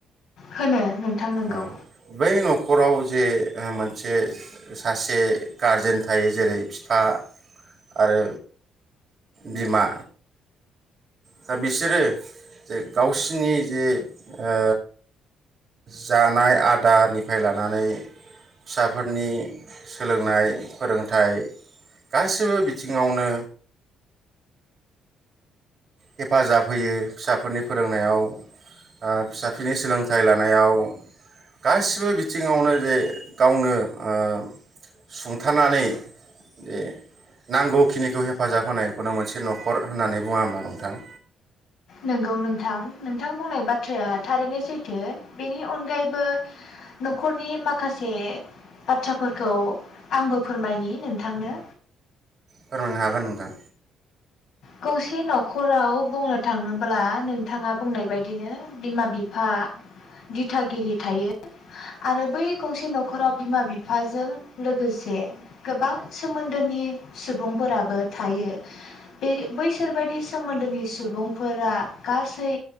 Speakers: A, on the left; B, on the right.
A: होनो नोंथां नोंगौ
B: औ बै न'खराव जे मोनसे सासे गारजेन थायो जेरै बिफा आरो बिमा दा बिसोरो जे गावसिनि जे ओ जानाय आदारनिफ्राय लानानै फिसाफोरनि सोलोंनाय फोरोंथाइ गासिबो बिथिङावनो हेफाजाब होयो फिसाफोरनि फोरोंनायाव ओ फिसाफोरनि सोलोंथाइ लानायाव गासिबो बिथिङावनो जे गावनो ओ सुंथानानै जे नांगौखिनिखौ हेफाजाब होनायखौनो मोनसे न'खर होननानै बुङा होमब्ला नों नोंथां
A: नंगौ नोंथां नोंथां बुंनाय बाथ्राया थारैनो सैथो बेनि अनगायैबो न'खरनि माखासे बाथ्राफोरखौ आंबो फोरमायनि नोंथांनो
B: फोरमायनो हागोन नोंथां
A: गंसे न'खराव बुंनो थाङोब्ला नोंथाङा बुंनाय बायदिनो बिमा बिफा दिथागिरि थायो आरो बै गंसे न'खराव बिमा बिफाजों लोगोसे गोबां सोमोन्दोनि सुबुंफोराबो थायो बे बैसोरबायदि सोमोन्दोनि सुबुंफोरा गासै